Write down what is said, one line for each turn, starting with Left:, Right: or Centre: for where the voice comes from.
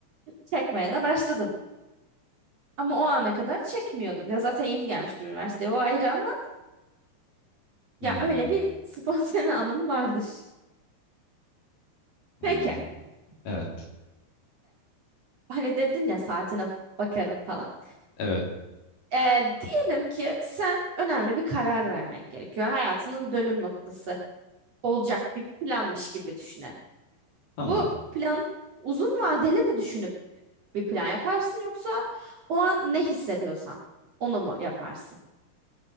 Right: Çekmeye de başladım. Ama o ana kadar çekmiyordum. Ya zaten yeni gelmiştim üniversiteye o ayrı ama ya
Left: Hmm,
Right: öyle bir <laughs> spontane anım vardır.
Left: hmm,
Right: Peki.
Left: evet.
Right: hani dedin ya saatine bakarım falan.
Left: Evet.
Right: Ee, diyelim ki sen önemli bir karar vermen gerekiyor. Hayatının dönüm noktası olacak bir planmış gibi düşünelim.
Left: Tamam.
Right: Bu plan uzun vadeli mi düşünüp bir plan yaparsın yoksa o an ne hissediyorsan onu mu yaparsın?